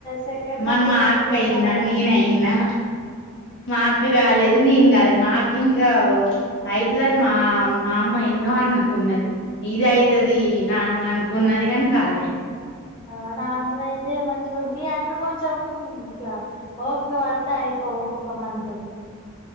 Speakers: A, on the left (about 20°); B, on the left (about 55°).
A: సెకండ్
B: మరి
A: అప్పుడు
B: మా
A: నొప్పులు
B: అక్క అయిందా
A: రాలే
B: నేనయ్యిన్నా మా అక్క కాలేదు నేను కాలే మాకు ఇంకా ఓ అయితది అని మా మా అమ్మ ఎన్నో అనుకున్నది ఇది అయితది నార్మల్ అనుకున్నది కాని కాలే
A: ఆ నార్మల్ అయి తే మంచిగా ఉండు మీ అక్క కొంచం ఇట్ల ఓపిక పడితే అయి ఇంకొక మంతు